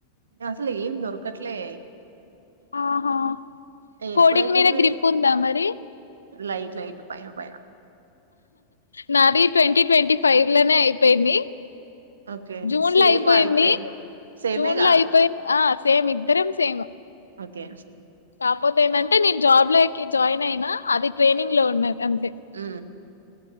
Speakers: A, on the right (about 65°); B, on the left (about 75°).
A: అసలు ఏం దొరకట్లే
B: ఆహా కోడింగ్
A: ఎప్పుడైపోయింది
B: మీద
A: మీది
B: గ్రిప్ ఉందా మరి
A: లైట్ లైట్ పైన పైన
B: నాది ట్వంటీ ట్వంటీ ఫైవ్ లనే అయిపోయింది
A: ఓకే
B: జూన్
A: సేమ్
B: లో అయిపోయింది
A: అయితే సేమేగా
B: జూన్ లో అయిపోయింది ఆ సేమ్ ఇద్దరం సేమ్
A: ఓకే
B: కాకపోతే ఏంటంటే నేను జాబ్ లోకి జాయిన్ అయినా అది ట్రైనింగ్ లో ఉన్నది అంతే
A: ఉ